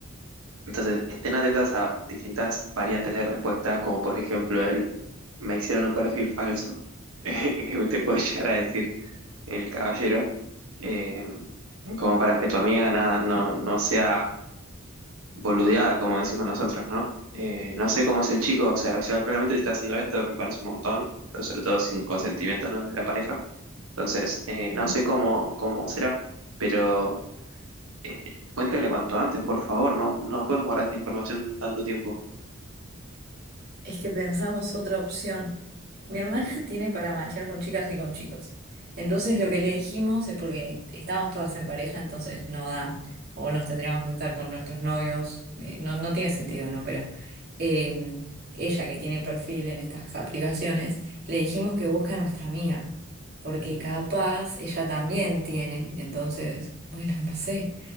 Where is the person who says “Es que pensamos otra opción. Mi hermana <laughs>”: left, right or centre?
Right